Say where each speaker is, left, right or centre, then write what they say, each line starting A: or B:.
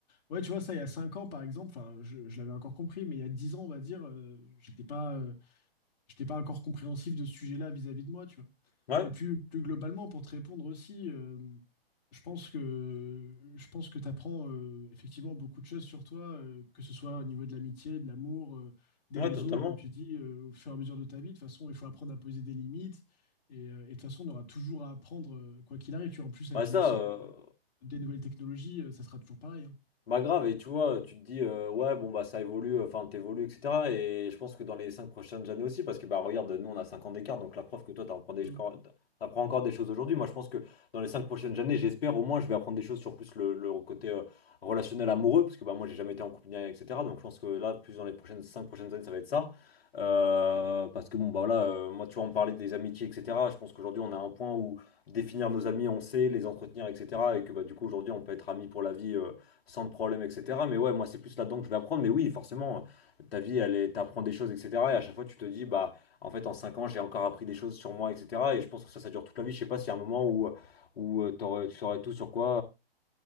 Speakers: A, on the left; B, on the left.
A: Ouais, tu vois, ça, il y a 5 ans, par exemple, enfin, je, je l'avais encore compris, mais il y a 10 ans, on va dire, euh, j'étais pas... euh, J'étais pas encore compréhensif de ce sujet-là vis-à-vis de moi, tu vois.
B: Ouais,
A: Et plus, plus globalement, pour te répondre aussi, euh, je pense que je pense que tu apprends effectivement beaucoup de choses sur toi, euh, que ce soit au niveau de l'amitié, de l'amour, euh, des
B: ouais,
A: réseaux,
B: totalement.
A: comme tu dis, euh, au fur et à mesure de ta vie. De toute façon, il faut apprendre à poser des limites. Et, euh, et de toute façon, on aura toujours à apprendre, euh, quoi qu'il arrive. Tu vois, en plus, avec
B: Bah, ça,
A: l'essor
B: euh,
A: des nouvelles technologies, euh, ça sera toujours pareil. hein.
B: Bah grave, et tu vois, tu te dis, euh, ouais, bon, bah ça évolue, euh, enfin, t'évolues, etc. Et je pense que dans les 5 prochaines années aussi, parce que, bah regarde, nous, on a 5 ans d'écart, donc la preuve que toi, t'apprends des...
A: Mm.
B: encore- t'apprends encore des choses aujourd'hui. Moi, je pense que dans les 5 prochaines années, j'espère au moins, je vais apprendre des choses sur plus le, le côté euh, relationnel amoureux, parce que, bah moi, j'ai jamais été en couple, ni rien, etc. Donc, je pense que là, plus dans les prochaines 5 prochaines années, ça va être ça. Euh, parce que, bon, bah voilà, euh, moi, tu vois, on parlait des amitiés, etc. Je pense qu'aujourd'hui, on a un point où définir nos amis, on sait, les entretenir, etc. Et que, bah du coup, aujourd'hui, on peut être amis pour la vie. euh, sans problème, etc. Mais ouais, moi, c'est plus là-dedans que je vais apprendre. Mais oui, forcément, ta vie, elle est, t'apprends des choses, etc. Et à chaque fois, tu te dis, bah, en fait, en 5 ans, j'ai encore appris des choses sur moi, etc. Et je pense que ça, ça dure toute la vie. Je sais pas s'il y a un moment où, où euh, t'aurais- tu saurais tout sur quoi.